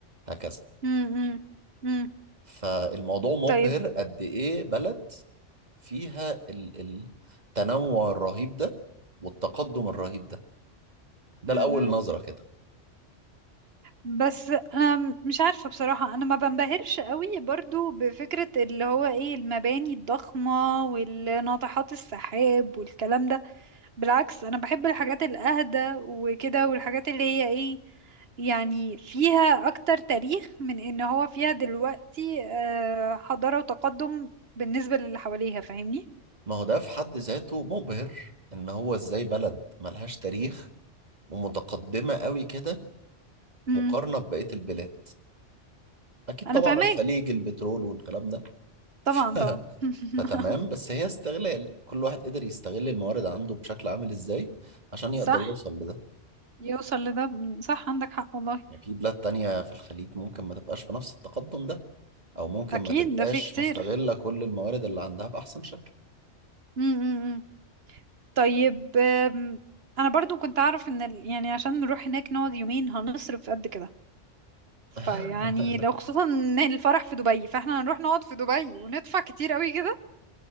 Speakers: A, on the right; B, on the right.
A: هكذا
B: امم امم
A: فالموضوع مبهر
B: طيب
A: قد ايه بلد فيها ال- التنوع الرهيب ده والتقدم الرهيب ده ده
B: امم
A: الاول نظره كده
B: بس انا م- مش عارفه بصراحه انا ما بنبهرش قوي برضو بفكره اللي هو ايه المباني الضخمه والناطحات السحاب والكلام ده بالعكس انا بحب الحاجات الاهدى وكده والحاجات اللي هي ايه يعني فيها اكتر تاريخ من ان هو فيها دلوقتي آه، حضاره وتقدم بالنسبه للي حواليها فاهمني
A: ما هو ده في حد ذاته مبهر ان هو ازاي بلد ملهاش تاريخ ومتقدمه قوي كده
B: امم
A: مقارنة ببقية البلاد أكيد
B: انا
A: طبعا
B: فاهماك
A: الخليج البترول والكلام ده <laughs>
B: طبعا
A: ف-
B: طبعا <laughs>
A: فتمام بس هي استغلال كل واحد قدر يستغل الموارد عنده بشكل عامل إزاي عشان يقدر
B: صح
A: يوصل لده
B: يوصل لده مم، صح عندك حق والله
A: يعني في بلاد تانية في الخليج ممكن ما تبقاش بنفس التقدم ده أو ممكن
B: اكيد
A: ما تبقاش
B: ده في كتير
A: مستغلة كل الموارد اللي عندها بأحسن شكل
B: امم طيب أم، انا برضو كنت اعرف ان ال- يعني عشان نروح هناك نقعد يومين هنصرف قد كده فيعني
A: <laughs>
B: لو خصوصا ان الفرح في دبي فاحنا هنروح نقعد في دبي وندفع كتير قوي كده